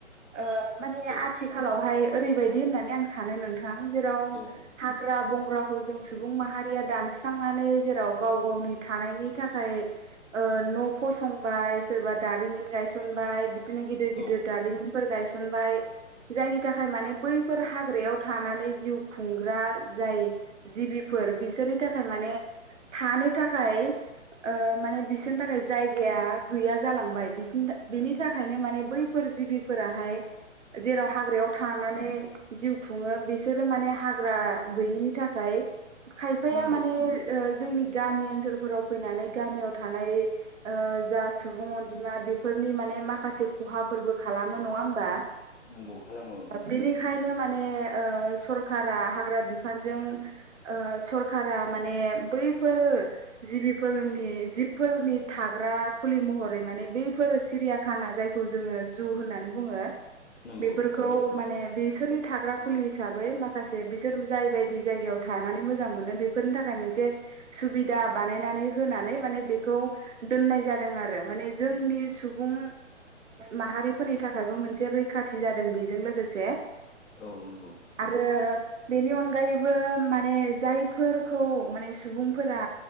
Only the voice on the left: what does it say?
औ
औ
औ
नंगौ
नंगौ खालामो ओ।
नंगौ
औ नोंगौ।